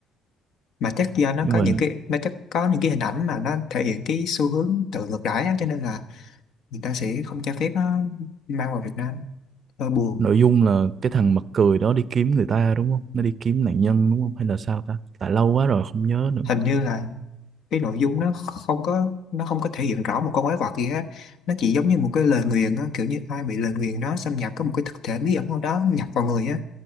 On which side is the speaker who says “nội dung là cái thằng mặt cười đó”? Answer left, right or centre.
Right